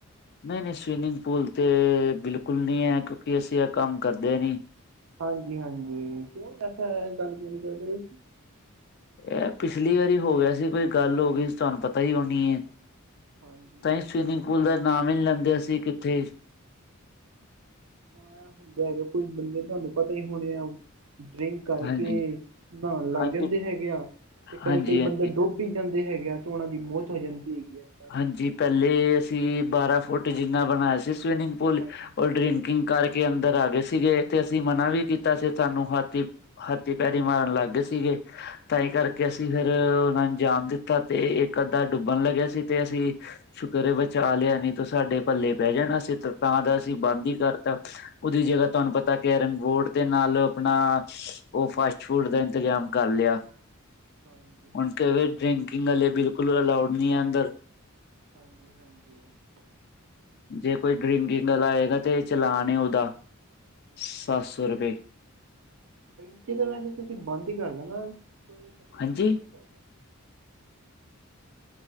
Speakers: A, on the left (about 50°); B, on the right (about 70°).
A: ਨਹੀਂ - ਨਹੀਂ ਸਵੀਮਿੰਗ ਪੂਲ ਤੇ ਬਿਲਕੁਲ ਨਹੀਂ ਹੈ ਕਿਉਂਕਿ ਅਸੀਂ ਇਹ ਕੰਮ ਕਰਦੇ ਨਹੀਂ
B: ਹਾਂਜੀ - ਹਾਂਜੀ ਕਿਉਂ ਐਸਾ ਗੱਲ ਗੁਲ ਕਰਦੇ ਤੁਸੀਂ
A: ਇਹ ਪਿਛਲੀ ਵਾਰੀ ਹੋ ਗਿਆ ਸੀ ਕੋਈ ਗੱਲ ਹੋ ਗਈ ਸੀ ਤੁਹਾਨੂੰ ਪਤਾ ਹੀ ਹੋਨੀ ਏ
B: ਹਾਂਜੀ
A: ਤਾਂ
B: ਹਾਂਜੀ
A: ਸਵੀਮਿੰਗ ਪੂਲ ਦਾ ਨਾਮ ਹੀ ਲੈਂਦੇ ਆਸੀ ਕਿੱਥੇ
B: ਹਾਂ ਹੁੰਦਾ ਹੈਗਾ ਕੋਈ ਬੰਦੇ ਤੁਹਾਨੂੰ ਪਤਾ ਹੀ ਹੋਣੇ ਆ ਡਰਿੰਕ ਕਰਕੇ
A: ਹਾਂਜੀ
B: ਨਹਾਉਣ ਲੱਗ
A: ਹਾਂਜੀ
B: ਜਾਂਦੇ ਹੈਗੇ ਆ ਤੇ ਕਈ-ਕਈ
A: ਹਾਂਜੀ ਹਾਂਜੀ
B: ਬੰਦੇ ਡੁੱਬ ਜਾਂਦੇ ਹੈਗੇ ਆ ਤੇ ਉਹਨਾਂ ਦੀ ਮੌਤ ਹੋ ਜਾਂਦੀ ਹੈਗੀ ਹੈ। ਕਾਰਨ
A: ਹਾਂਜੀ। ਪਹਿਲੇ ਅਸੀਂ ਬਾਰਾਂ ਫੁੱਟ ਜਿੰਨਾ ਬਣਾਇਆ ਸੀ ਸਵਿਨਿੰਗ ਪੂਲ
B: ਹਾਂਜੀ ਹਾਂਜੀ
A: ਉਹ ਡਰਿੰਕਿੰਗ ਕਰਕੇ ਅੰਦਰ ਆ ਗਏ ਸੀਗੇ ਤੇ ਅਸੀਂ ਮਨਾ ਵੀ ਕੀਤਾ ਸੀ ਸਾਨੂੰ ਹਾਥੀ ਹਾਥੀ ਪੈਰੀ ਮਾਰਨ ਲੱਗ ਗਏ ਸੀਗੇ। ਤਾਂ ਹੀ ਕਰਕੇ
B: ਹਾਂਜੀ
A: ਅਸੀਂ ਫੇਰ ਉਹਨਾਂ ਨੂੰ ਜਾਣ ਦਿੱਤਾ ਤੇ ਇੱਕ ਅੱਧਾ ਡੁੱਬਣ ਲੱਗਿਆ ਸੀ। ਤੇ ਅਸੀਂ ਸ਼ੁਕਰ ਹੈ ਬਚਾ ਲਿਆ ਨੀ ਤੋਂ ਸਾਡੇ ਪੱਲੇ ਪੈ ਜਾਣਾ ਸੀ। ਤਾਂ ਦਾ
B: ਹਾਂਜੀ
A: ਅਸੀਂ ਬੰਦ
B: ਹਾਂਜੀ
A: ਹੀ ਕਰਤਾ ਉਹਦੀ ਜਗ੍ਹਾ ਤੁਹਾਨੂੰ ਪਤਾ ਕਰਨ ਬੋਰਡ ਦੇ ਨਾਲ ਆਪਣਾ ਉਹ ਫਾਸਟ ਫੂਡ ਦਾ ਇੰਤਜ਼ਾਮ ਕਰ ਲਿਆ।
B: ਹਾਂਜੀ ਹਾਂਜੀ
A: ਹੁਣ ਤੇ
B: ਉਹ
A: ਡਰਿੰਕਿੰਗ
B: ਤਾਂ ਹੈ
A: ਵਾਲੇ ਬਿਲਕੁਲ ਅਲਾਊਡ ਨਹੀਂ ਹੈ ਅੰਦਰ
B: ਹਾਂਜੀ -ਹਾਂਜੀ।
A: ਜੇ ਕੋਈ ਡਰਿੰਕਿੰਗ ਵਾਲਾ ਆਏਗਾ ਤੇ ਚਲਾਨ ਹੈ ਉਹਦਾ ਸੱਤ
B: ਹਾਂਜੀ
A: ਸੌ ਰੁਪਏ
B: ਡਰਿੰਕ ਤਾਂ ਵੈਸੇ ਤੁਸੀਂ ਬੰਦ ਹੀ ਕਰ ਦੋ ਨਾ। ਕੋਈ ਮਤਲਬ
A: ਹਾਂਜੀ
B: ਕੋਹੀ ਨਹੀਂ ਕਰਦਾ।